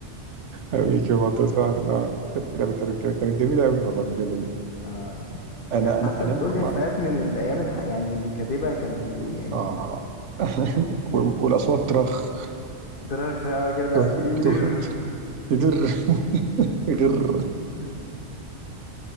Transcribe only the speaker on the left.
آه.
كانت
حتى
بتقول
لي افيهات من الايام الح... يعني اللي كاتبها كان بيقول يعني
<laughs>
درخ يا جدع
تقي ودر
<laughs>